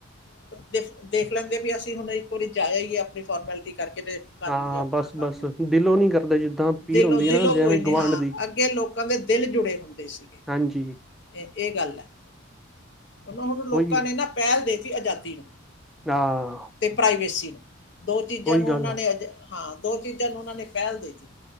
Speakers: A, on the left (about 55°); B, in the centre.
A: ਦੇਖ ਦੇਖ ਲੈਂਦੇ ਵੀ ਅਸੀਂ ਹੁਣ ਇੱਕ ਵਾਰੀ ਜਾਇਆ ਹੀ ਹੈ ਆਪਣੀ ਫੋਰਮੈਲਿਟੀ ਕਰਕੇ ਤੇ ਕਰ
B: ਹਾਂ
A: ਲਈਏ ਆਪਣਾ
B: ਬਸ ਬਸ
A: ਕੰਮ
B: ਦਿਲੋਂ ਨੀ ਕਰਦਾ ਜਿੱਦਾਂ ਪੀੜ
A: ਦਿਲੋਂ
B: ਹੁੰਦੀ
A: ਦਿਲੋਂ
B: ਹੈ ਨਾ ਜਿਵੇਂ
A: ਕੋਈ ਨੀ
B: ਗੁਵਾਂਢ
A: ਹਾਂ
B: ਦੀ
A: ਅੱਗੇ ਲੋਕਾਂ ਦੇ ਦਿਲ ਜੁੜੇ ਹੁੰਦੇ ਸੀਗੇ
B: ਹਾਂਜੀ
A: ਇਹ ਇਹ ਗੱਲ ਹੈ। ਉਹ ਹੁਣ ਲੋਕਾਂ
B: ਉਹੀ
A: ਨੇ ਨਾ ਪਹਿਲ ਦੇ ਆਜ਼ਾਦੀ ਨੂੰ
B: ਹਾਂ
A: ਤੇ ਪ੍ਰਾਈਵੇਸੀ ਨੂੰ ਦੋ ਚੀਜ਼ਾਂ
B: ਉਹੀ
A: ਨੂੰ
B: ਗੱਲ
A: ਉਹਨਾਂ
B: ਆ
A: ਨੇ ਅੱਜ ਹਾਂ ਦੋ ਚੀਜ਼ਾਂ ਨੂੰ ਉਹਨਾਂ ਨੇ ਪਹਿਲ ਦੇਤੀ